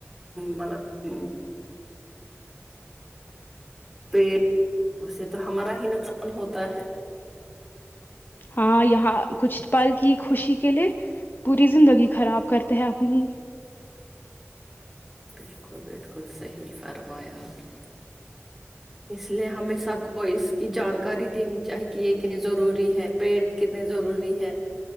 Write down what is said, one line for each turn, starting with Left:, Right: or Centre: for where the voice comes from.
Centre: مطب ہوں تے اس سے تو ہمارا ہی نقصان ہوتا ہے
Left: ہاں یہاں کچھ پل کی خوشی کے لیے پوری زندگی خراب کرتے ہیں اپنی
Centre: بالکل بالکل صحیح فرمایا آپ نے اس لیے ہمیں سب کو کو اس کی جانکاری دینی چاہی کہ یہ کتنے ضروری ہے پیڑ کتنے ضروری ہے